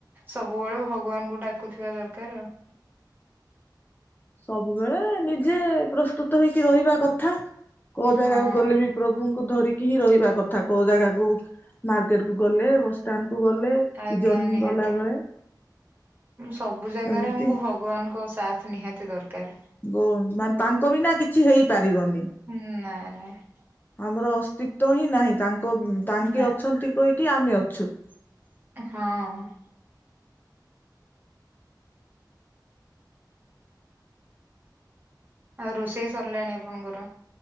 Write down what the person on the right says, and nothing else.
ସବୁବେଳେ ଭଗବାନଙ୍କୁ ଡାକୁଥିବା ଦରକାର ଆଉ।
ହଁ।
ଆଜ୍ଞା
ନିହାତି
ସବୁ ଜାଗାରେ
ଆମକୁ ଭ ଭଗବାନଙ୍କ ସାଥ ନିହାତି ଦରକାର।
ହୁଁ ନାଇଁ ନାଇଁ।
ନା
ହଁ। ଆଉ ରୋଷେଇ ସରିଲାଣି ଆପଣଙ୍କର?